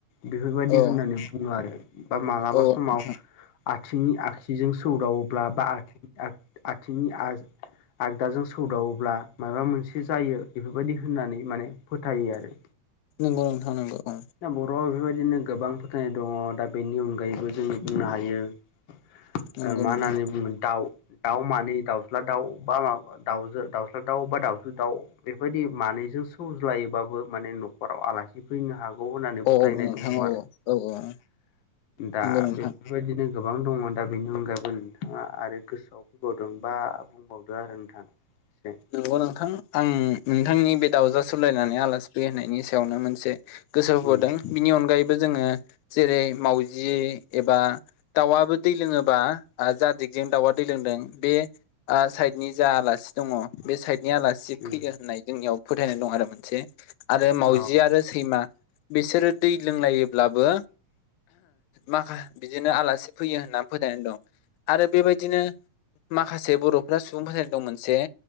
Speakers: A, on the left; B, on the left.
A: बेफोरबायदि
B: औ
A: होननानै बुङो आरो बा मालाबा
B: औ
A: समाव
B: नोंथां
A: आथिंनि आगसिजों सौदावोब्ला बा <unintelligible> आथिंनि आ आगदाजों सौदावोब्ला माबा मोनसे जायो बेफोरबायदि होननानै माने फोथायो आरो
B: <inaudible> नंगौ नोंथां नंगौ औ
A: दा बर'आव बेफोरबायदिनो गोबां फोथायनाय दङ दा बेनि अनगायैबो जोङो बुंनो हायो ओ
B: नंगौ
A: मा
B: नोंथां
A: होननानै बुंगोन दाउ दाउ मानै दाउस्ला दाउ बा माबा दाउजो दाउस्ला दाउ बा दाउजो दाउ बेफोरबायदि मानैजों सौज्लायोबाबो माने नखराव आलासि फैनो हा गौ होननानै
B: औ
A: फोथायनाय
B: औ नोंथां
A: दङ
B: औ
A: आरो
B: औ औ
A: दा
B: नंगौ नोंथां
A: बे बेबायदिनो गोबां दङ दा बेनि अनगायैबो नोंथाङा आरो गोसोआव फैबावदों बा बुंबावदो आरो नोंथां एसे
B: नंगौ नोंथां आं नोंथांनि बे दाउजो सौलायनानै आलासि फैयो होनायनि सायावनो मोन से गोसो होबोदों
A: उम
B: बिनि अनगायैबो जोङो जेरै मावाउजि एबा दाउआबो दै लोङोबा ओ जा दिगजों दाउआ दै लोंदों बे ओ साइदनि जा आलासि दङ बे साइदनि आला सि
A: उम
B: फैगोन होननाय जोंनियाव फोथायनाय दं आरो मोनसे आरो मावजि
A: औ
B: आरो सैमा बिसोरो दै लोंलायोब्लाबो माखा बिदिनो आलासि फैयो होननानै फोथायनाय दं। आरो बेबायदिनो माखासे बर'फ्रा सुबुं फोथायनाय दं मोनसे